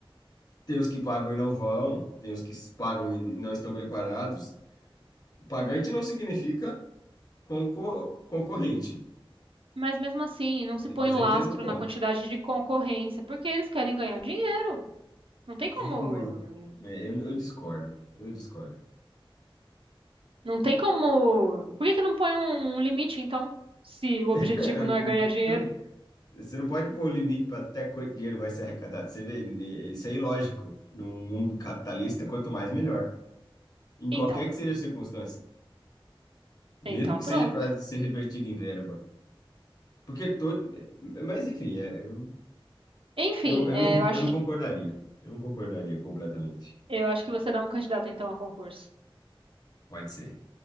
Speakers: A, on the left; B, on the right.
A: Tem os que pagam e não vão, tem os que pagam e não estão preparados. O pagante não significa concor concorrente,
B: Mas mesmo assim, não se põe
A: mas
B: lastro
A: eu entendo o ponto.
B: na quantidade de concorrência, porque eles querem ganhar dinheiro. Não tem como,
A: É, mas é, eu, eu discordo, eu discordo.
B: não tem como. Por que que não põe um, um limite, então? Se o objetivo
A: <laughs>
B: não é ganhar dinheiro?
A: Você não, você não pode pôr o limite para até quanto dinheiro vai ser arrecadado. Você vê, né, isso é ilógico. Num mundo capitalista, quanto mais, melhor. Em
B: Então,
A: qualquer que seja a circunstância, mesmo
B: então
A: que
B: pronto.
A: seja para ser revertido em verba. Porque todo. Mas enfim, é, eu,
B: Enfim,
A: não, eu,
B: é,
A: não,
B: eu acho
A: eu não
B: que
A: concordaria. Eu não concordaria completamente.
B: eu acho que você dá um candidato então a concurso.
A: Pode ser.